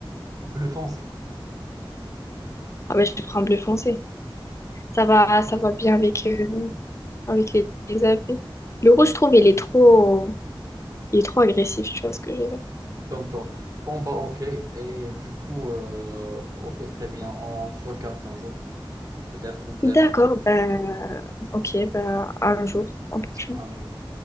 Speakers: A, on the right; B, on the left.
A: bleu foncé.
B: Ah ben, je prends bleu foncé. Ça va, ça
A: Ok,
B: va bien avec, euh, avec les, les habits. Le rouge, je trouve, il est trop... Il est trop agressif, tu vois ce que je veux dire?
A: comme toi. Bon bah ok, et du coup, euh, ok, très bien, on se capte un jour, peut-être ou peut-être
B: D'accord,
A: pas,
B: ben... Ok, ben, un jour, un prochain.
A: un jour.